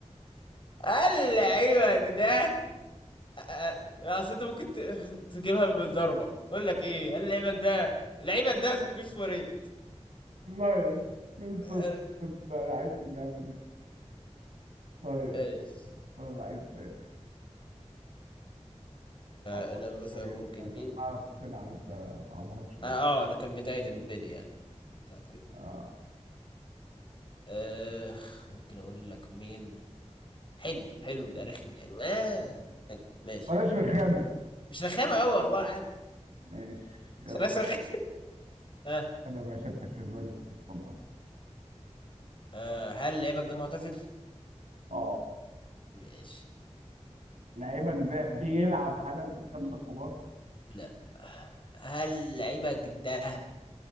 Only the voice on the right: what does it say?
نايس من صفر
انت لعيب في اللعبه دي طيب
طب لعيب تاني
صعبها
لك
شويه
انت أنت
بتعرف تلعب انت صعبها لك شويه
اه
بلاش رخامه
ماشي يلا
انا يا باشا انت الكسبان اسال اتفضل
اه
لعيبك ده بيلعب حالا في الخمسه الكبار